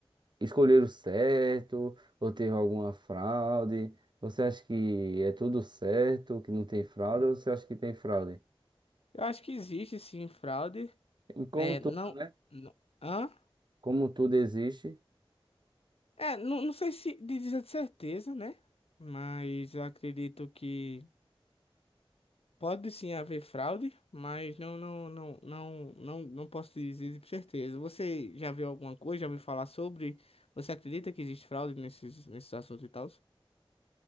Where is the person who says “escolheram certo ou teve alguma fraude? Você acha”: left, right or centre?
Right